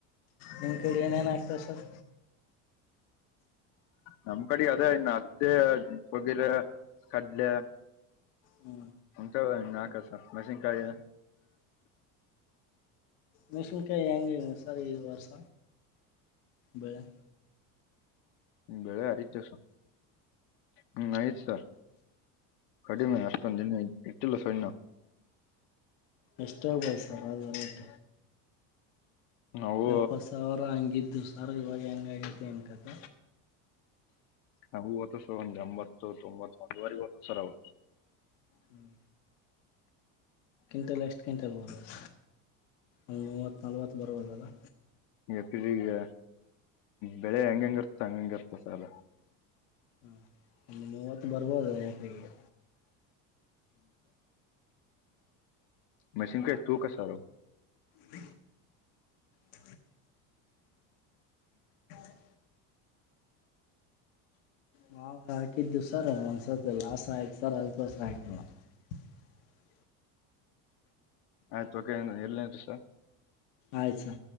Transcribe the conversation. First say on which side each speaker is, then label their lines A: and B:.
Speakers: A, on the left (about 85°); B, on the left (about 70°).
A: ನಿಮ್ಮ ಕಡೆ ಏನೇನಾಗ್ತರ ಸರ್
B: ನಮ್ ಕಡೆ ಅದೇ ಅತ್ತಿ ತುಗರ ಕಡ್ಲೆ
A: ಹ್ಞೂ
B: ಹಂಟ ನಾ ಕಸ ಮೇಸನ್ ಕಾಯ
A: ಮೆಷನ್ಕಾಯಿ ಹೆಂಗ ಸರ್ ಈ ವರ್ಷ ಬೆಳಿ
B: ್ಮ ಬೆಳೆ ಆಯತಸ ಹ್ಮ್ ಆಯ್ತ್ ಸ ಕಡಿಮೆ ಅಷ್ಟತ ನಿಿನ ಇಟ್ಟಲ ಸೊನ್ನ
A: ಎಷ್ಟಗ್್ಬಯ ಸರ್ ಅ ರೇಟ
B: ನಾವು
A: ಎಪ್ಪ ಸಾವಿರ ಹಂಗಿದ್ದು ಸರ್ ಇವಾಗ ಹೆಂಗಗೈತಿ ನ್ಕತ
B: ಹ ಹತ್ತು ಸರ ಅಂಬತ್ತು ತೊಂಬತ್ತು ಅಂದವಾರಿವತ್ತು ಸರವ
A: ಹ್ಮ್ ಕ್ವಿಂಟಲ್ ಎಷ್ಟು ಕ್ವಿಂಟಲ್ ಬರುತ್ತ ಒಂದು ಮೂವತ್ತು ನಲ್ವತ್ತು ಬರಬರ ದಾ
B: ಎಕರೆಗೆ ಬೆಳೆ ಹೆಂಗಂಗಿರ್ತ ಹಂಗಂಗಿರ್ತ ಸಾಲ
A: ಹಾಂ ಒಂದು ಮೂವತ್ತು ಬರ್ಬೋದು ಯಾಕ್ರಗೆ
B: ಮಶೀನ್ ಕೈ ತು ಕ ಸಾರು
A: ಹ ತ <inaudible> <unintelligible> ಮಾವು ಹಾಕಿದ್ದು ಸರ್ ಒಂದಸಲ್ ಲಾಸ ಆಯ್ತು ಸರ್ ಅದಕ್ಕೋಸ್ಕರ ಹಾಕಲ್ಲ <unintelligible>
B: ಆಯ್ತು ಓಕೆಏ ಎಲ್ನ್ರ
A: ಆಯ್ತು ಸರ್